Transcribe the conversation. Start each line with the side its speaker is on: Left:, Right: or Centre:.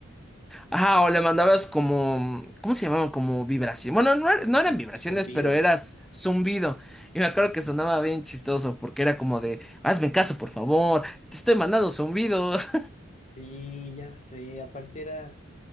Centre: Ajá, o le mandabas como, ¿cómo se llamaban? Como vibración. Bueno, no, er-
Left: El
Centre: no eran
Left: zum-
Centre: vibraciones,
Left: zumbido.
Centre: pero eras zumbido. Y me acuerdo
Left: Ujú.
Centre: que sonaba bien chistoso porque era como de, hazme caso, por favor, te estoy mandando zumbidos.
Left: Sí, ya sé. Aparte era,